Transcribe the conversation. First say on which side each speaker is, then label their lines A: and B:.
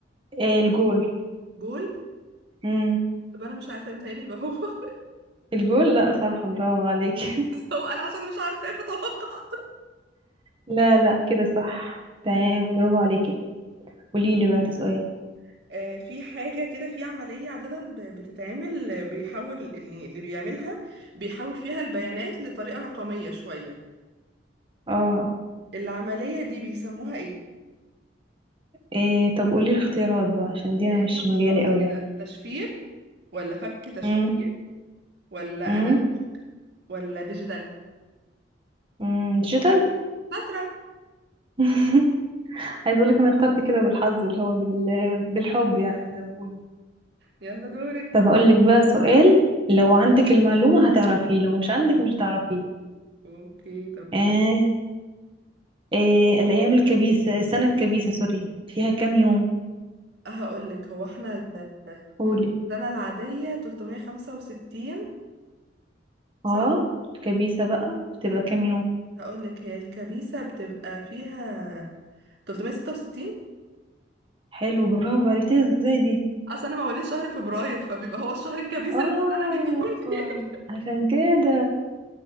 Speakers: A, on the right; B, on the right.
A: إيه الجول
B: جول
A: امم
B: طب انا مش عارفة متهيألي يبقى هو <laughs>
A: الجول لا صح برافو عليكي <laughs>
B: بس هو انا عشان مش عارفة بتوقع
A: لا لا كده صح تمام برافو عليكي قولي
B: طيب
A: لي بقى انت سؤال
B: آه في حاجة كده في عملية عادة ب- بتتعمل آه، بيحول اللي اللي بيعملها بيحول فيها البيانات لطريقة رقمية شوية
A: اه
B: العملية دي بيسموها ايه؟
A: إيه طب قولي
B: ليها-
A: لي الاختيارات بقى عشان
B: بصي
A: دي انا
B: هي
A: مش
B: ليها مصطلح
A: مجالي قوي
B: كده
A: يعني
B: تشفير ولا فك تشفير
A: امم
B: ولا
A: امم
B: انالوج ولا ديجيتال
A: امم ديجيتال
B: شاطرة
A: <laughs> عايز اقول لك انا اخترت كده بالحظ اللي هو بال... بالحب يعني زي ما بيقولوا
B: يلا دورك
A: طب هقول لك بقى سؤال لو عندك المعلومة هتعرفيه لو مش عندك مش هتعرفيه
B: اوكي طب
A: آه
B: قولي
A: آه الأيام الكبيسة السنة الكبيسة سوري فيها كام يوم
B: هقول لك هو احنا ال-
A: قولي
B: السنة العادية 365 صح؟
A: اه الكبيسة بقى بتبقى
B: آه،
A: كام يوم
B: هقول لك هي الكبيسة بتبقى فيها 366
A: حلو برافو عرفتيها ازاي دي
B: اصل انا مواليد شهر فبراير فبيبقى هو الشهر الكبيس
A: اه
B: اللي في السنة بيكون فيه
A: عشان كده